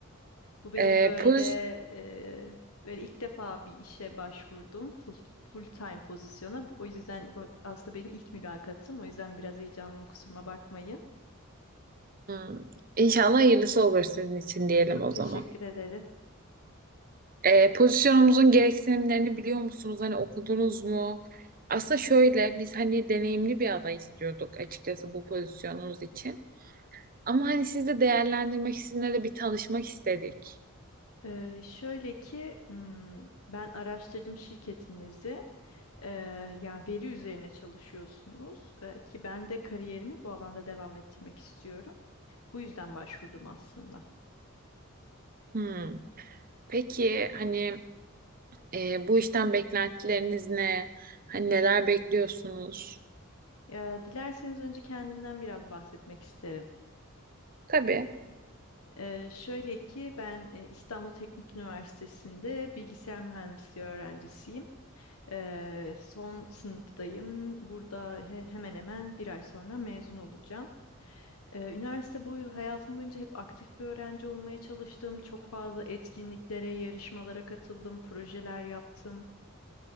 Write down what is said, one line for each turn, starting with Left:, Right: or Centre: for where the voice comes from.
Left: Bu benim
Right: E,
Left: böyle
Right: poz
Left: e, böyle ilk defa bir işe başvurdum. Full, full time pozisyona. Bu- O yüzden bu aslında benim ilk mülakatım. O yüzden biraz heyecanlıyım. Kusuruma bakmayın.
Right: Hmm, İnşallah hayırlısı olur sizin için diyelim
Left: Çok
Right: o
Left: teşekkür
Right: zaman.
Left: ederim.
Right: E, pozisyonumuzun gereksinimlerini biliyor musunuz? Hani okudunuz mu? Aslında şöyle, biz hani deneyimli bir aday istiyorduk açıkçası bu pozisyonumuz için. Ama hani siz de değerlendirmek sizinle de bir tanışmak istedik.
Left: Ee, şöyle ki hmm, ben araştırdım şirketinizi. Ee, yani veri üzerine çalışıyorsunuz Ee, ki ben de kariyerimi bu alanda devam ettirmek istiyorum. Bu yüzden başvurdum aslında.
Right: Hmm. Peki hani Ee, bu işten beklentileriniz ne? Hani neler bekliyorsunuz?
Left: Ya, dilerseniz önce kendimden biraz bahsetmek isterim.
Right: Tabii.
Left: Ee, şöyle ki ben e, İstanbul Teknik Üniversitesi'nde bilgisayar mühendisliği öğrencisiyim. Ee, son sınıftayım. Burada he- hemen hemen bir ay sonra mezun olacağım. Ee, Üniversite boyu hayatım boyunca hep aktif bir öğrenci olmaya çalıştım. Çok fazla etkinliklere, yarışmalara katıldım, projeler yaptım